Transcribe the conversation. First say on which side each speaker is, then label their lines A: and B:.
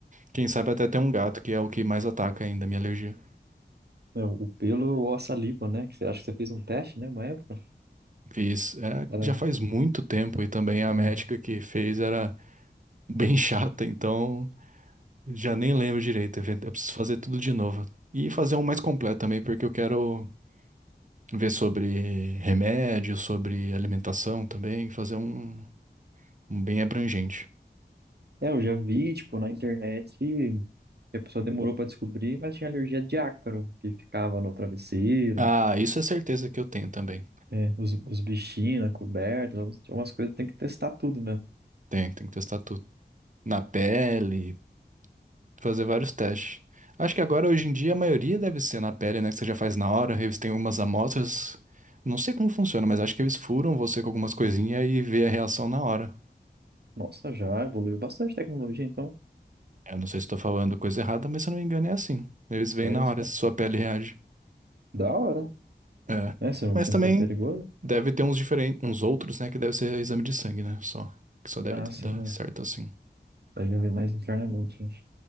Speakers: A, on the right; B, on the right.
A: quem sabe até ter um gato, que é o que mais ataca ainda a minha alergia.
B: Não, o pelo ou a saliva, né? Que você acha que você fez um teste, né? Uma época.
A: Fiz, é,
B: Era,
A: já faz muito tempo e também a
B: é,
A: médica que fez era <laughs> bem chata, então já nem lembro direito. Event- Eu preciso fazer tudo de novo. E fazer um mais completo também, porque eu quero Ver sobre remédio, sobre alimentação também, fazer um, um bem abrangente.
B: É, eu já vi, tipo, na internet que a pessoa demorou pra descobrir, mas tinha alergia de ácaro, que ficava no travesseiro,
A: Ah, isso é certeza que eu tenho também.
B: é, os, os bichinhos na coberta, então tinha umas coisas que tem que testar tudo mesmo.
A: Tem, tem que testar tudo. Na pele, fazer vários testes. Acho que agora, hoje em dia, a maioria deve ser na pele, né? Que você já faz na hora, eles têm algumas amostras. Não sei como funciona, mas acho que eles furam você com algumas coisinhas e vê a reação na hora.
B: Nossa, já evoluiu bastante a tecnologia, então,
A: Eu não sei se estou falando coisa errada, mas se eu não me engano é assim. Eles veem
B: olha
A: na
B: só.
A: hora se sua pele reage.
B: Da hora,
A: É.
B: né? Se não,
A: Mas
B: se
A: também
B: não for perigoso.
A: deve ter uns diferentes, uns outros, né, que deve ser exame de sangue, né? Só. Que só deve
B: Ah, sim,
A: dar certo
B: ó,
A: assim.
B: vai viver mais internamente. né?